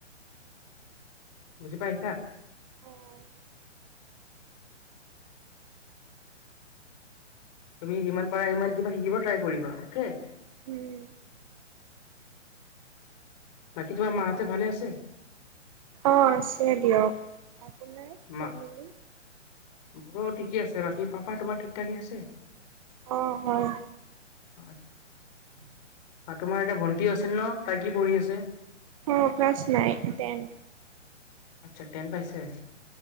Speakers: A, on the left (about 35°); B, on the right (about 30°).
A: বুজি পাইছা?
B: উম
A: তুমি যিমান পাৰা সিমান কিবা শিকিব ট্ৰাই কৰিবা অকে?
B: উম
A: বাকী তোমাৰ মাহাতে ভালে আছে?
B: অ আছে দিয়ক। আপোনাৰ, ফমিলি?
A: মা মোৰো ঠিকেই আছে, বাকী পাপা তোমাৰ ঠিক-ঠাকে আছে?
B: অহ হয়।
A: আৰু তোমাৰ এতিয়া ভন্টি আছিল ন, তাই কি পঢ়ি আছে?
B: অ ক্লাছ নাইন, টেন।
A: আচ্ছা টেন পাইছে?